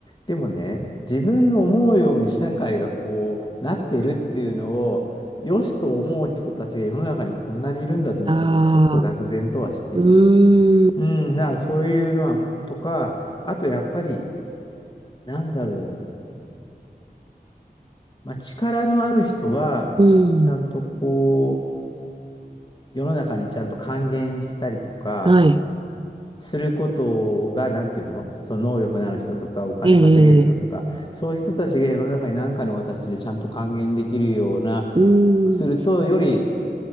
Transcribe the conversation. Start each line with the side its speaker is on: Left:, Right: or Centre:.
Left: でもね、自分の思うように社会がこうなってるっていうのを、良しと思う人たちが世の中にこんなにいるんだと思って、
Right: ああ、
Left: 僕ちょっと愕然とはしている。
Right: うん、
Left: うん、だからそういうのは、とか、あとやっぱり、なんだろう、まあ、力のある人は、
Right: うん。
Left: ちゃんとこう、世の中にちゃんと還元したりとか、
Right: はい。
Left: することが、なんていうのその能力のある人とか、お金稼げる人とか、
Right: ええ、ええ、
Left: そういう人たちが世の中に何かの形でちゃんと還元できるような、
Right: うーん、
Left: すると、より